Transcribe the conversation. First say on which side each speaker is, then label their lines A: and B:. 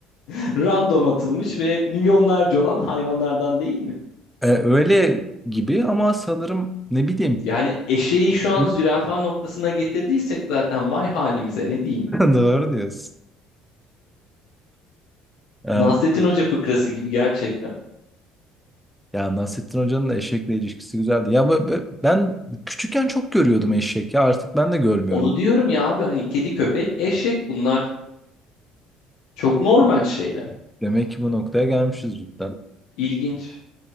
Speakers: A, on the left (about 70°); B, in the centre.
A: <laughs> random atılmış ve milyonlarca olan hayvanlardan değil mi?
B: E, öyle gibi ama sanırım ne bileyim.
A: Yani eşeği şu an
B: <laughs>
A: zürafa noktasına getirdiysek zaten vay halimize ne diyeyim.
B: Doğru diyorsun. E,
A: Nasrettin Hoca fıkrası gibi gerçekten.
B: ya Nasrettin Hoca'nın da eşekle ilişkisi güzeldi. Ya bu- bu- ben küçükken çok görüyordum eşek ya artık ben de görmüyorum.
A: Onu diyorum ya abi hani kedi, köpek, eşek bunlar çok normal şeyler.
B: Demek ki bu noktaya gelmişiz cidden.
A: İlginç.